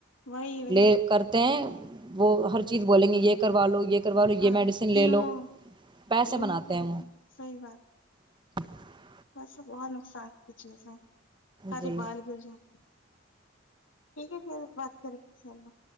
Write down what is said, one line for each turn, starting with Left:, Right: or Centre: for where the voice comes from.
Left: وہی وہی
Right: لے کرتے ہیں وہ ہر چیز بولیں گے یہ کروا لو یہ کروا لو
Left: ہاں
Right: یہ میڈیسن
Left: کیمو
Right: لے لو پیسے
Left: کیمو
Right: بناتے
Left: تھراپی
Right: ہیں وہ
Left: صحیح بات
Right: <inaudible>
Left: ویسے بہت نقصان کی چیز ہے سارے
Right: جی
Left: بال گر جاتے ہیں ٹھیک ہے پھر بات کریں گے ان شاء اللہ